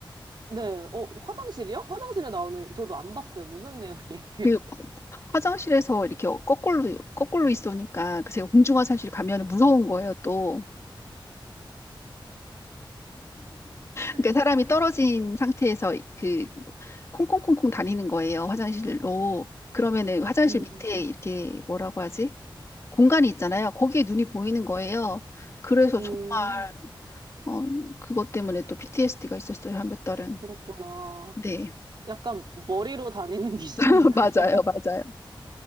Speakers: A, on the right; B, on the left.
A: 네. 어, 화장실이요? 화장실에 나오는 저도 안 봤어요. 무슨 내용이에요?
B: 그 화장실에서 이렇게 거꾸로, 거꾸로 있으니까 그 제가 공중화장실 가면 무서운 거예요, 또.
A: <laughs>
B: 그러니까 사람이 떨어진 상태에서 그 콩콩콩콩 다니는 거예요, 화장실로. 그러면은 화장실
A: 음,
B: 밑에 이렇게 뭐라고 하지? 공간이 있잖아요. 거기에 눈이 보이는 거예요. 그래서
A: 음.
B: 정말 어, 그것 때문에 또 PTSD가 있었어요, 한 몇 달은.
A: 그랬구나.
B: 네,
A: 약간 머리로 다니는 <laughs> 귀신인가
B: <laughs> 맞아요,
A: 봐요.
B: 맞아요.